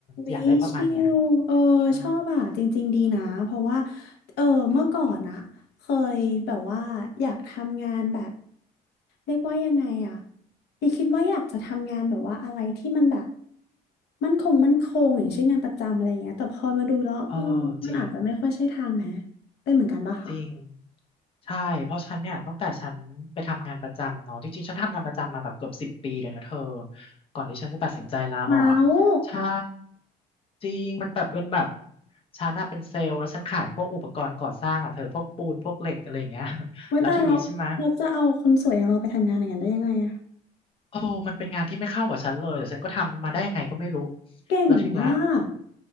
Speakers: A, on the left; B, on the left.
A: วิชิวเออชอบอ่ะจริงๆดีนะเพราะว่า
B: อยากได้ประมาณเนี้ยใช่
A: เออเมื่อก่อนอ่ะเคยแบบว่าอยากทำงานแบบเรียกว่ายังไงอ่ะยังคิดว่าอยากจะทำงานแบบว่าอะไรที่มันแบบมั่นคงมั่นคงอย่างเช่นงานประจำอะไรอย่างเงี้ยแต่พอมาดูแล้วเออมันอาจจะไม่ค่อยใช่ทางไหม
B: เออจริง
A: เป็นเหมือนกันปะคะ
B: จริงใช่เพราะฉันเนี่ยตั้งแต่ฉันไปทำงานประจำเนาะจริงๆฉันทำงานประจำมาแบบเกือบสิบปีเลยนะเธอ ก่อนที่ฉันจะตัดสินใจลาออกอะใช่
A: เมาส์
B: จริงมันแบบเป็นแบบฉันน่ะเป็นเซลล์แล้วฉันขายพวกอุปกรณ์ก่อสร้างอ่ะเธอพวกปูนพวกเหล็กอะไรอย่างเงี้ย <laughs>
A: โว้ยตายแล้วเราจะเอาคนสวยอย่างเราไปทำงานอย่างนั้นได้ยังไงอะ
B: แล้วทีนี้ใช่ไหมโอ้มันเป็นงานที่ไม่เข้ากับฉันเลยแต่ฉันก็ทำมาได้ยังไงก็ไม่รู้
A: เก่งมาก
B: แล้วทีเนี้ย